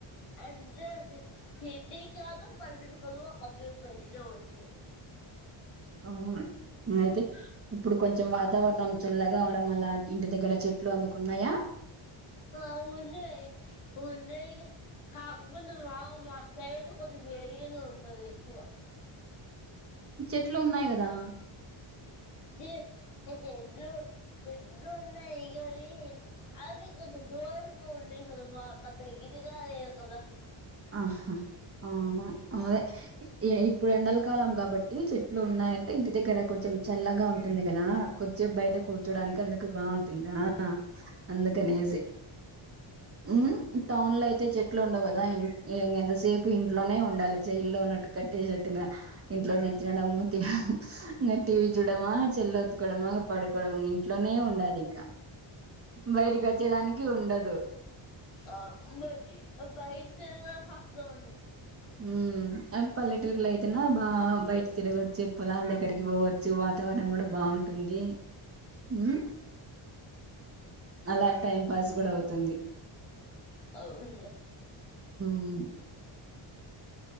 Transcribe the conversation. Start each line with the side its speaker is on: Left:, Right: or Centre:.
Left: అ జరి ఇది కాదు పల్దుల్ కాదు ఒక్కటే బండి జో ఉంటది
Right: అవును అయితే ఇప్పుడు కొంచెం వాతావరణం చల్లగా అవ్వడం వల్ల ఇంటి దగ్గర చెట్లు అందుకున్నాయా
Left: అవును ఉన్నాయ్ కాకపోతే మా వుమ క ఎదో కొద్దిగా వేడిగానే ఉన్నాది ఎక్కువ
Right: చెట్లు ఉన్నాయి కదా
Left: చె చెట్లు చెట్లు ఉన్నాయి కానీ అవి కొంచం దూరంగా ఉన్నయ్ కద మాకు దగ్గరగా లేవు కద
Right: ఆహా ఆ అదే ఇప్పుడు ఎండల కాలం కాబట్టి చెట్ ట్లు ఉన్నాయంటే ఇంటి దగ్గర కొంచెం చల్లగా ఉంటుంది కదా కొంచెం బయట కూ ర్చోడానికి అందుకు బావుంటుందా అందుకనేసి హ్మ్ టౌన్ లో అయితే చెట్లు ఉండవు కదా ఇ ఎ ఎంతసేపు ఇంట్లోనే ఉండాలి జైల్లో ఉన్నట్టు కట్టేసినట్టుగా ఇంట్లోనే తినడము తిన ఇంకా టీవీ చూడమా చెల్లత్కోడమా పడు కుడం ఇంట్లోనే ఉండాలి ఇంకా బయటకి వచ్చేదానికి ఉండదు
Left: ఆ బయ్ బయిట తిరగడానికి అస్సలు ఉండదు
Right: హ్మ్ అ పల్లెటూర్లో అయితనా బా బయట తిరగొ చ్చ పొలాల దగ్గరికి పోవచ్చు వాతావరణం కూడా బావుంటుంది హ్మ్ అలా టైం పాస్ గూడా అవుతుంది
Left: అవును
Right: హ్మ్